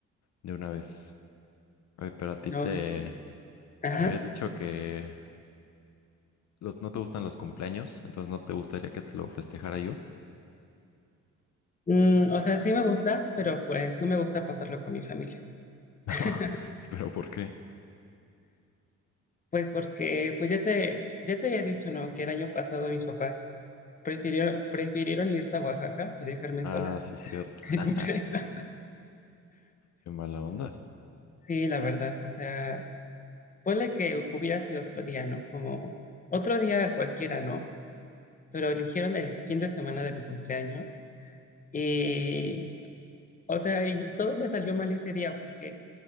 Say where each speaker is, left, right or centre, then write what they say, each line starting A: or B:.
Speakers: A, on the left (about 65°); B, on the left (about 25°).
A: de una vez. Oye, pero a ti
B: No
A: te...
B: sé. Ajá.
A: Me habías dicho que Los, ¿no te gustan los cumpleaños? Entonces no te gustaría que te lo festejara yo. <laughs>
B: Mm, o sea, sí me gusta, pero pues no me gusta pasarlo con mi familia.
A: No,
B: <laughs>
A: pero ¿por qué?
B: Pues porque, pues ya te, ya te había dicho, ¿no? Que el año pasado mis papás prefirieron, prefirieron irse a Oaxaca y dejarme
A: Ah,
B: sola
A: sí, cierto.
B: <laughs> el
A: <laughs>
B: cumpleaños.
A: Qué mala onda.
B: Sí, la verdad, o sea, ponle que hubiera sido otro día, ¿no? Como otro día cualquiera, ¿no? Pero eligieron el fin de semana de mi cumpleaños y, o sea, y todo me salió mal ese día porque